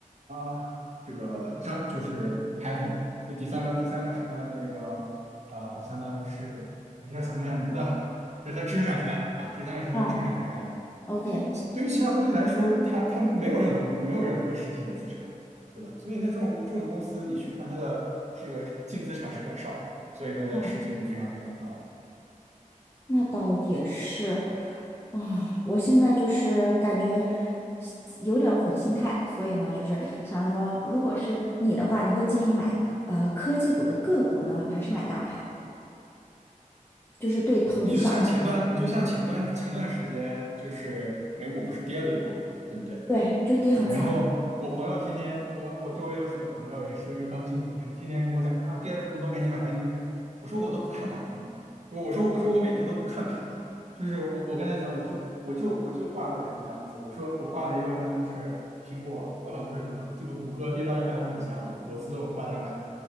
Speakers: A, on the right; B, on the left.
A: 啊、这个商就是 patent，第第三个第三个是它的那个。呃，相当于是，哎一下想不起来名字了，是它知识产权啊，第三个是它的知识产权。
B: 啊，OK，OK。
A: 对于其他东西来说，它它没有任何没有任何实体的资产，对吧？所以那这种这种公司，你去看它的这个净资产是很少，所以它的市净率非常非常的高。
B: 嗯。那倒也是，啊、我现在就是感觉有点儿毁心态，所以呢，就是想说，如果是你的话，你会建议买呃科技股的个股呢，还是买大盘？就是对投资小，
A: 你就像前段，你就像前段前段时间，就是美股不是跌了一波嘛，对不对？
B: 对，就跌很惨，
A: 啊，然后我朋友天天，我我周围有几个朋友也是刚进股市，天天跟我讲说啊，跌了这么多，赶紧买，赶紧买。我说我都不看大盘的，我我说我说我每天都不看盘的，就是我我跟他讲，我说我就我就挂了两个单子，我说我挂了一个单子是苹果，呃不不是苹果，这个谷歌跌到一百五以下，我我自动挂单买。